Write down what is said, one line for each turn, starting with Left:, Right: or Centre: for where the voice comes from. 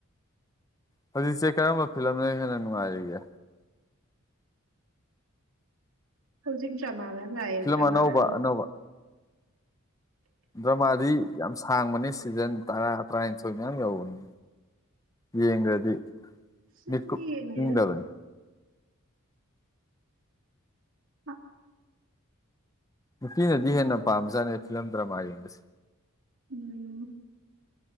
Left: ꯍꯧꯖꯤꯛꯁꯦ ꯀꯔꯝꯕ ꯐꯤꯂꯝꯅ ꯍꯦꯟꯅ ꯅꯨꯡꯉꯥꯏꯔꯤꯒꯦ꯫
Right: ꯍꯧꯖꯤꯛ ꯗ꯭ꯔꯃ ꯃꯌꯥꯝ ꯂꯥꯛꯑꯦ
Left: ꯐꯤꯂꯝ
Right: ꯗ꯭ꯔꯃ
Left: ꯑꯅꯧꯕ
Right: ꯃꯌꯥꯝ꯫
Left: ꯑꯅꯧꯕ ꯗ꯭ꯔꯃꯥꯗꯤ ꯌꯥꯝ ꯁꯥꯡꯕꯅꯦ ꯁꯤꯖꯟ ꯇꯔꯥ ꯇ꯭ꯔꯥꯏꯟꯊꯣꯏ ꯃꯌꯥꯝ ꯌꯧꯕꯅꯤ ꯌꯦꯡꯒ꯭ꯔꯗꯤ
Right: ꯂꯝꯗꯤ
Left: ꯃꯤꯀꯨꯞ
Right: ꯌꯦꯡꯗꯦꯗ
Left: ꯏꯪꯗꯕꯅꯤ
Right: <unintelligible>
Left: ꯅꯨꯄꯤꯅꯗꯤ ꯍꯦꯟꯅ ꯄꯥꯝꯖꯥꯠꯅꯦ ꯐꯤꯂꯝ ꯗ꯭ꯔꯃꯥ ꯌꯦꯡꯕꯁꯦ
Right: ꯎꯝ